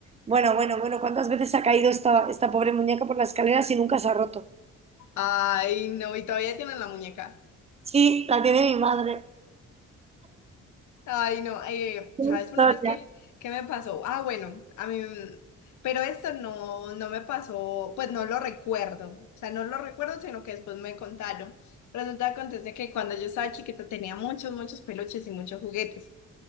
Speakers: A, on the right; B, on the left.
A: Bueno, bueno, bueno, ¿cuántas veces ha caído esta, esta pobre muñeca por las escaleras y nunca se ha roto?
B: Ay, no, y todavía tienen la muñeca.
A: Sí, la tiene mi madre.
B: Ay, no, eh,
A: Qué
B: ¿sabes
A: historia.
B: una vez qué, qué me pasó? Ah, bueno, a mí, mm, pero esto no, no me pasó, pues no lo recuerdo. O sea, no lo recuerdo, sino que después me contaron. Resulta que acontece que cuando yo estaba chiquita tenía muchos, muchos peluches y muchos juguetes.